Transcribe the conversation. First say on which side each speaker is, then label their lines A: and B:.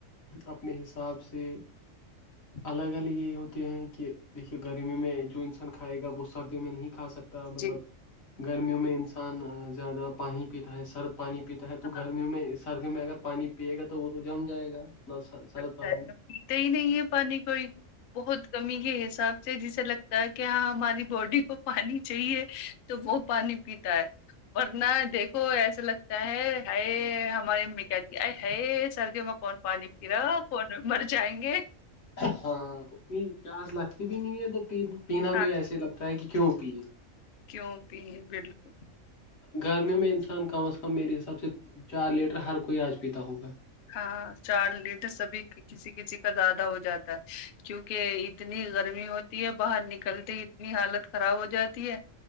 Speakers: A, on the left; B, on the left.
A: اپنے حساب سے
B: <unintelligible>
A: الگ الگ یہ ہوتے ہیں کہ دیکے گرمی میں جو انسان کھائے گا وہ سردیوں میں نہیں کھا سکتے مطلب
B: جی
A: گرمیوں میں انسان زیادہ پانی پیتا ہے سرد پانی پیتا ہے تو
B: ہاں
A: گرمیوں میں سردیوں میں اگر پانی پیے گا تو وہ تو جم جائے گا سر- سرد
B: اچھا
A: پانی
B: اا پیتے ہی نہیں ہے پانی کوئی بہت کمی کے حساب سے جسے لگتا ہے کہ ہاں ہماری باڈی کو پانی چاہیے تو وہ پانی پیتا ہے ورنہ دیکھو ایسا لگتا ہے ہے ہماری امی کہتی آ ہے سردیوں میں فون پانی پ رہا فون مر جائیں گے
A: ہاں اتنی پیاس لگتی بھی نہیں ہے تو پینا
B: ہاں
A: بھی ایسے لگتا ہے کہ کیوں پیے
B: کیوں پہ ہے بالکل
A: گرمی میں انسان کم از کم میرے حساب سے چار لیٹر ہر کوئی آج پیتا ہوگا
B: ہاں چار لیٹ سبھی کسی کسی کا زیادہ ہو جاتا ہے کیونکہ اتنی گرمی ہوتی ہے باہر نکلتے اتنی حالت خراب ہو جاتی ہے